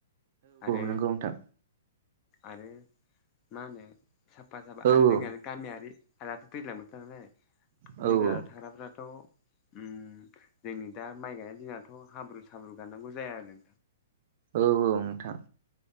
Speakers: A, on the left (about 35°); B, on the right (about 55°).
A: आरो
B: नंगौ नोंथां
A: आरो मा होनो साफा साफा
B: औ
A: आरो
B: औ
A: जोंनिया गामियारि आरो दाथ' दैज्लां बोथोर नालाय
B: नंगौ नोंथां औ
A: नोगोराव थाग्राफ्राथ' ओम जोंनि दा माइ गायनाय दिनाथ' हाब्रु साब्रु गानांगौ जाया आरो।
B: औ औ नोंथां।